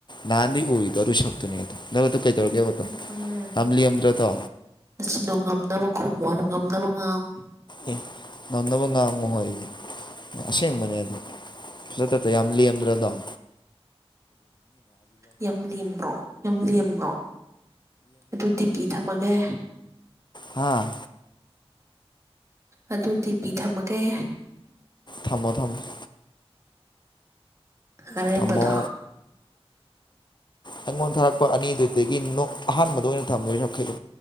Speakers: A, on the left; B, on the right.
A: ꯅꯍꯥꯟꯗꯤ ꯑꯣꯏꯗꯧꯔꯨ ꯁꯛꯇꯨꯅꯦ ꯑꯗꯣ ꯅꯪ꯭ꯔꯗꯣ ꯀꯩꯗꯧꯔꯒꯦꯕꯗꯣ
B: ꯎꯝ ꯍꯣꯏ ꯈꯪꯉꯦ
A: ꯌꯥꯝꯂꯤꯔꯗ꯭ꯔꯣ ꯇꯣ
B: ꯑꯁꯤꯅꯣ ꯉꯝꯅꯕ ꯈꯨꯝꯃ ꯉꯝꯅꯕ ꯉꯥꯎ
A: ꯑꯦ ꯉꯝꯅꯕ ꯉꯥꯡꯉꯨ ꯍꯣꯏ ꯑꯁꯦꯡꯕꯅꯦ ꯑꯗꯨ ꯁꯤ ꯌꯥꯝꯂꯤ ꯌꯥꯝꯗ꯭ꯔꯗꯝ
B: ꯌꯥꯝ ꯂꯦꯝꯕ꯭ꯔꯣ ꯌꯥꯝ ꯂꯦꯝꯕ꯭ꯔꯣ ꯑꯗꯨ ꯇꯤꯄꯤ ꯊꯝꯃꯒꯦ
A: ꯍꯥꯥ
B: ꯑꯗꯨꯗꯤ ꯄꯤ ꯊꯝꯃꯒꯦ
A: ꯊꯝꯃꯣ ꯊꯝꯃꯣ
B: ꯑꯔꯝꯕꯗ
A: ꯊꯝꯃꯣ ꯑꯩꯉꯣꯟꯗ ꯊꯥꯔꯛꯄ ꯑꯅꯤꯗꯨꯗꯒꯤꯣꯛ ꯑꯍꯥꯟꯕꯗ ꯑꯣꯏꯅ ꯊꯝꯗꯣꯏꯅ ꯌꯥꯈꯩꯗ